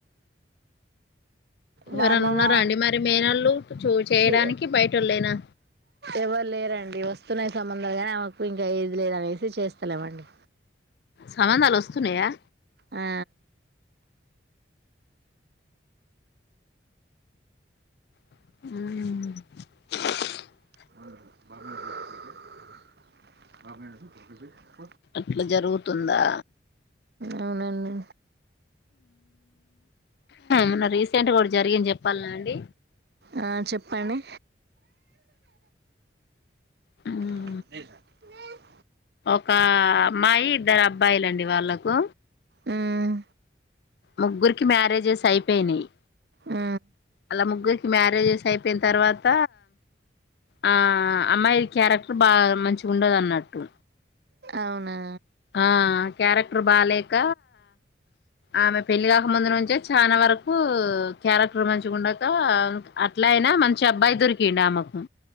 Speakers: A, on the right; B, on the left.
A: మా
B: ఎవరన్నా
A: అమ్మమ్మ
B: ఉన్నారా అండి మరి మేనళ్ళు చూ చేయడానికి
A: చి
B: బయటోళ్ళేనా
A: ఎవరు లేరండి వస్తున్నయి సంబందాలూ గాని ఆమెకు ఇంకా ఏది లేదనేసి చేస్తలేమండి
B: సంబంధాలు వస్తున్నాయా
A: ఆ
B: ఆ
A: <unintelligible>
B: అట్ల జరుగుతుందా
A: అవునండి
B: మోన్న రీసెంట్గా ఓకటి జరిగింది చెప్పాల్నా అండి
A: ఆ చెప్పండి
B: మ్
A: <unintelligible>
B: ఒక అమ్మాయి ఇద్దరు అబ్బాయిలండి అండి వాళ్ళకు
A: మ్మ్
B: ముగ్గురికి మ్యారేజెస్ అయి పెనేయ్
A: మ్
B: వాళ్ళ ముగ్గురికి మ్యారేజెస్ అయిపోయిన తర్వాత ఆ అమ్మాయి క్యారెక్టర్ బాగా మంచి ఉండదు అన్నట్టు
A: అవునా
B: ఆ క్యారెక్టరు బాలేేక ఆమె పెళ్లిగాక ముందు నుంచే చానా వరకు క్యారెక్టర్ మంచిగుండక అట్లయినా మంచి అబ్బాయి దొరికిండు ఆమెకు